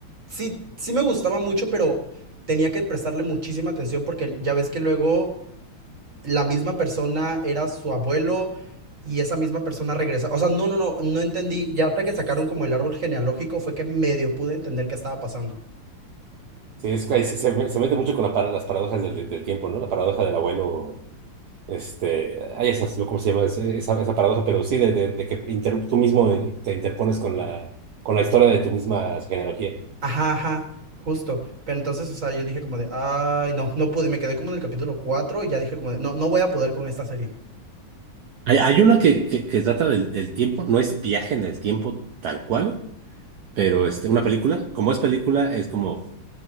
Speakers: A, on the right (about 35°); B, on the right (about 60°).
A: sí, sí me gustaba mucho, pero tenía que prestarle muchísima atención porque ya ves que luego la misma persona era su abuelo y esa misma persona regresa. O sea, no, no, no, no entendí. Ya hasta que sacaron como el árbol genealógico fue que medio pude entender qué estaba pasando.
B: Sí, es, que ahí se, se me- se mete mucho con la para- las paradojas del, del tiempo, ¿no? La paradoja del abuelo, este, hay esas, ¿no? ¿Cómo se llama Es- esa, esa paradoja? Pero sí, de, de- de que inter- tú mismo te interpones con la, con la historia de tu misma genealogía.
A: Ajá, ajá, justo. Pero entonces, o sea, yo dije como de, ay, no, no pude. Me quedé como en el capítulo 4 y ya dije como de, no, no voy a poder con esta serie.
B: Hay, hay una que, que, que trata del, del tiempo, no es viaje en el tiempo tal cual, pero este, una película, como es película, es como,